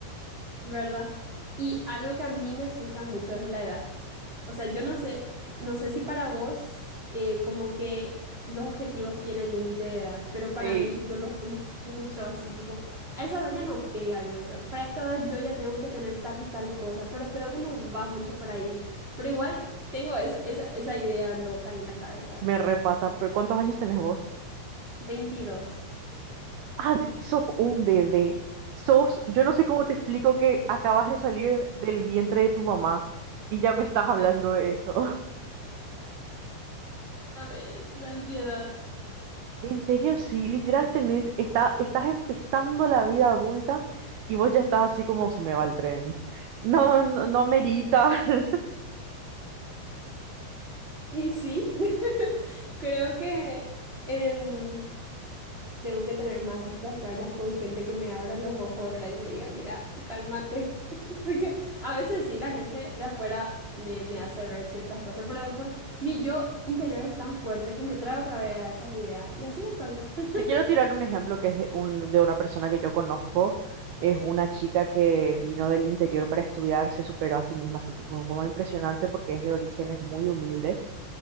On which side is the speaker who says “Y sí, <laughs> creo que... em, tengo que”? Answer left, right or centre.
Right